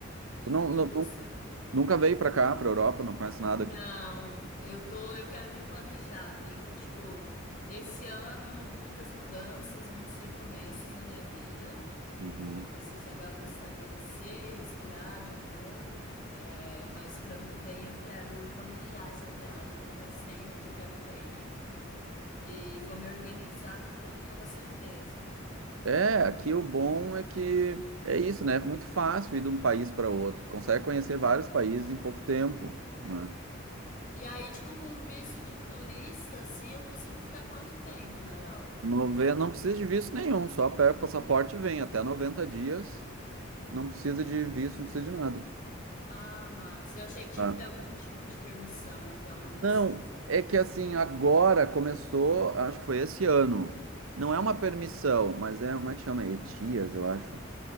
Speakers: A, on the right (about 80°); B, on the left (about 40°).
A: Tu não,
B: E
A: não-
B: você?
A: nunca veio para cá, para Europa, não conhece nada
B: Não,
A: aqui?
B: eu tô, eu quero me planejar, viu? Tipo, esse ano muitas mudanças, muitos recomeços na minha vida.
A: Uhum.
B: Eu preciso agora me estabelecer, respirar de novo, é, mas para ano que vem eu quero planejar essa viagem. Já faz tempo que eu quero ir para aí e vou me organizar com toda certeza.
A: É, aqui o bom é que é isso, né? É muito fácil ir de um país para outro. Tu consegue conhecer vários países em pouco tempo, né?
B: E aí, tipo, com um visto de turista, assim, eu consigo ficar quanto tempo na Europa?
A: Nove- Não precisa de visto nenhum, só pega o passaporte e vem. Até 90 dias, não precisa de visto, não precisa de nada.
B: Ah, massa. Eu achei que tinha
A: Ah.
B: que ter algum tipo de permissão, então não precisa.
A: Não, é que assim, agora começou, acho que foi esse ano. Não é uma permissão, mas é, como é que chama? Etias, eu acho.